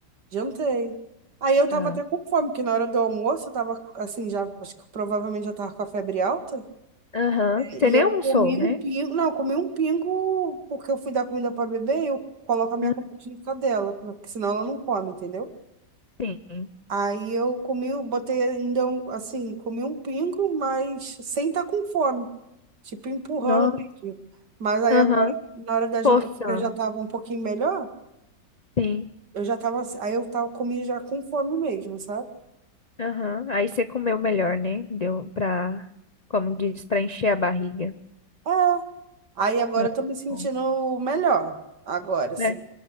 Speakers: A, on the right; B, on the left.
A: Jantei. Aí eu tava
B: Ah.
A: até com fome, porque na hora do almoço eu tava assim, já, acho que provavelmente já tava com a febre alta.
B: Aham.
A: E
B: Você nem
A: eu
B: almoçou,
A: comi
B: né?
A: um pingo, não, eu comi um pingo, porque eu fui dar comida pra bebê, eu coloco a minha
B: Hum,
A: comida junto dela, porque senão ela não come, entendeu?
B: Sim.
A: Aí eu comi, eu botei ainda um, assim, comi um pingo, mas sem estar com fome, tipo empurrando
B: Nossa.
A: mesmo. Mas aí
B: Aham.
A: agora, na hora da janta,
B: Forçando.
A: eu já tava um pouquinho melhor,
B: Sim.
A: eu já tava, aí eu tava, comi já com fome mesmo, sabe?
B: Aham. Aí você comeu melhor, né? Deu pra, como diz, pra encher a barriga.
A: É. Aí agora
B: Ah,
A: eu
B: que
A: tô me sentindo
B: bom.
A: melhor. Agora, assim.
B: Né?